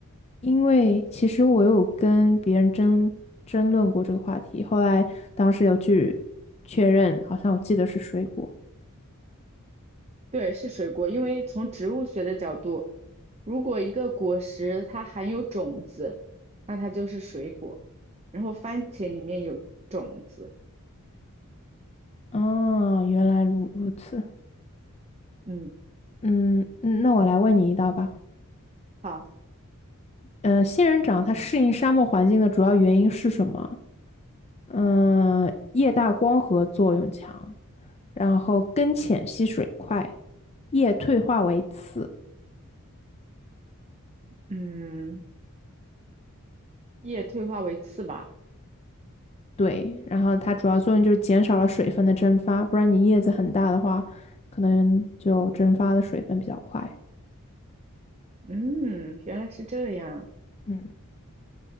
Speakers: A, on the left (about 30°); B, on the right (about 30°).
A: 因为其实我有跟别人争争论过这个话题，后来当时有去确认，好像我记得是水果。
B: 对，是水果，因为从植物学的角度，如果一个果实它含有种子，那它就是水果。然后番茄里面有种子，
A: 啊，原来如如此。
B: 嗯，
A: 嗯，嗯那我来问你一道吧。
B: 好，
A: 嗯、仙人掌它适应沙漠环境的主要原因是什么？嗯、叶大光合作用强。然后根浅吸水快，叶退化为刺，
B: 嗯，叶退化为刺吧，
A: 对，然后它主要作用就是减少了水分的蒸发，不然你叶子很大的话，可能就蒸发的水分比较快。
B: 嗯，原来是这样，
A: 嗯，